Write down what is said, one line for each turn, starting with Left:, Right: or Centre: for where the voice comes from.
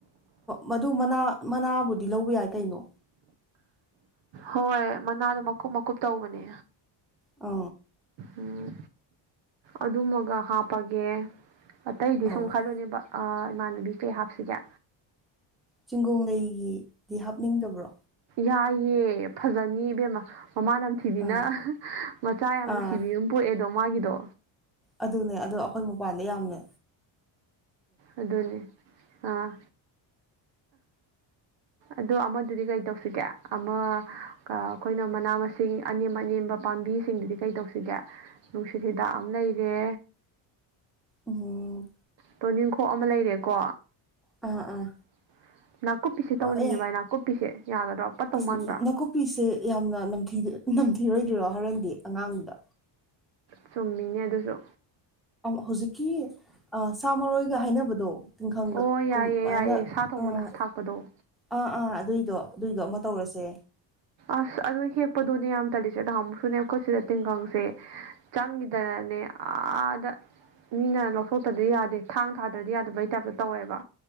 Centre: ꯃꯗꯨ ꯃꯅꯥ ꯃꯅꯥꯕꯨꯗꯤ ꯂꯧꯕ ꯌꯥꯏ ꯀꯩꯅꯣ
Right: ꯍꯣꯏ ꯃꯅꯥꯗꯣ ꯃꯀꯨꯞ ꯃꯀꯨꯞ ꯇꯧꯕꯅꯦ
Centre: ꯑ
Right: ꯎ ꯑꯗꯨꯃꯒ ꯍꯥꯞꯄꯒꯦ ꯑꯇꯩꯗꯤ
Centre: ꯑꯧ
Right: ꯁꯨꯝ ꯈꯜꯂꯨꯅꯦꯕ ꯏꯃꯥꯟꯅꯕꯤ ꯀꯩ ꯍꯥꯞꯁꯤꯒꯦ
Centre: ꯆꯤꯡꯒꯣ ꯂꯩꯒꯤꯗꯤ ꯍꯥꯞꯅꯤꯡꯗꯕ꯭ꯔꯣ
Right: ꯌꯥꯥꯏꯌꯦ ꯐꯖꯅꯤ ꯏꯕꯦꯝꯃ ꯃꯃꯥꯅꯝꯊꯤꯕꯤꯅ
Centre: ꯑꯥ
Right: ꯃꯆꯥ ꯌꯥꯝ ꯅꯨꯡꯁꯤꯕꯤꯅ
Centre: ꯑꯥ
Right: ꯄꯣꯛꯑꯦꯗꯣ ꯃꯥꯒꯤꯗꯣ
Centre: ꯑꯗꯨꯅꯦ ꯑꯗꯣ ꯑꯩꯈꯣꯏ ꯃꯄꯥꯟꯗ ꯌꯥꯝꯅꯦ
Right: ꯑꯗꯨꯅꯤ ꯑꯥ ꯑꯗꯣ ꯑꯃꯗꯨꯗꯤ ꯀꯩ ꯇꯧꯁꯤꯒꯦ ꯑꯃ ꯑꯩꯈꯣꯏꯅ ꯃꯅꯥ ꯃꯁꯤꯡ ꯑꯅꯦꯝ ꯑꯅꯦꯝꯕ ꯄꯥꯝꯕꯤꯁꯤꯡꯗꯨꯗꯤ ꯀꯩ ꯇꯧꯁꯤꯒꯦ ꯅꯨꯡꯁꯤꯠ ꯍꯤꯗꯥꯛ ꯑꯃ ꯂꯩꯔꯦ
Centre: ꯑꯣꯝ
Right: ꯇꯣꯅꯤꯡꯈꯣꯛ ꯑꯃ ꯂꯩꯔꯦꯀꯣ
Centre: ꯑꯥ ꯑꯥ
Right: <unintelligible> ꯇꯧꯅꯤꯡꯉꯦ
Centre: ꯑꯦ
Right: ꯚꯥꯏ ꯅꯥꯀꯨꯞꯄꯤꯁꯦ ꯌꯥꯒꯗ꯭ꯔꯣ ꯄꯠꯇꯧ
Centre: ꯑꯁ
Right: ꯃꯥꯟꯕ꯭ꯔꯥ
Centre: ꯅꯥꯀꯨꯞꯄꯤꯁꯦ ꯌꯥꯝꯅꯊꯝꯊ ꯏꯤꯔꯣꯏꯗꯔꯣ ꯍꯣꯔꯦꯟꯗꯤ ꯑꯉꯥꯡꯗ
Right: ꯆꯨꯝꯃꯤꯅꯦ ꯑꯗꯨꯁꯨ
Centre: ꯍꯧꯖꯤꯛꯀꯤ ꯁꯥ ꯃꯔꯣꯏꯒ ꯍꯥꯏꯅꯕꯗꯣ ꯇꯤꯡꯈꯪ
Right: ꯑꯣ ꯌꯥꯏꯌꯦ
Centre: ꯀꯨꯝꯃꯥꯏꯅ
Right: ꯌꯥꯏꯌꯦ ꯁꯥ ꯊꯣꯡꯕꯗ
Centre: ꯑꯥ
Right: ꯊꯥꯛꯄꯗꯣ
Centre: ꯑꯥ ꯑꯥ ꯑꯗꯨꯏꯗꯣ ꯑꯗꯨꯏꯗꯣ ꯑꯃ ꯇꯧꯔꯁꯦ
Right: ꯑꯁ ꯑꯗꯨꯣ ꯍꯦꯛꯞꯄꯗꯣꯅꯤ ꯌꯥꯝ ꯇꯁꯦꯗꯨꯛꯁꯨ ꯑꯩ ꯀꯣꯠꯁꯤꯗ ꯇꯦꯡꯒꯪꯁꯦ ꯆꯪꯈꯤꯗꯅꯅꯦ ꯑꯥꯗ ꯃꯤꯅ ꯂꯧꯊꯣꯛꯇꯗꯤ ꯌꯥꯗꯦ ꯊꯥꯡ ꯊꯥꯗ꯭ꯔꯗꯤ ꯌꯥꯗꯕꯩ ꯇꯥꯏꯞꯇ ꯇꯧꯋꯦꯕ